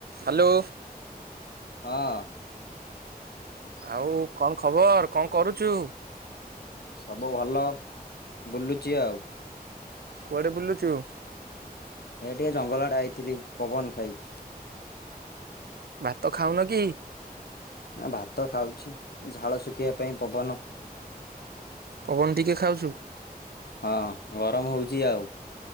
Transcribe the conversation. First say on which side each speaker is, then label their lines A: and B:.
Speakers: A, on the right (about 80°); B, on the left (about 80°).
A: Hello.
B: ହଁ।
A: ଆଉ କଣ ଖବର କଣ କରୁଚୁ?
B: ସବୁ ଭଲ। ବୁଲୁଚି ଆଉ।
A: କୁଆଡେ ବୁଲୁଚୁ?
B: ଏ ଟିକେ ଜଙ୍ଗଲ୍ ଆଡ଼େ ଆଇଥିଲି ପବନ ଖାଇ।
A: ଭାତ ଖାଉନ କି?
B: ଭାତ ଖାଉଛି ଝାଳ ଶୁଖିବା ପାଇଁ ପବନ।
A: ପବନ ଟିକେ ଖାଉଛୁ?
B: ହଁ ଗରମ୍ ହେଉଚି ଆଉ।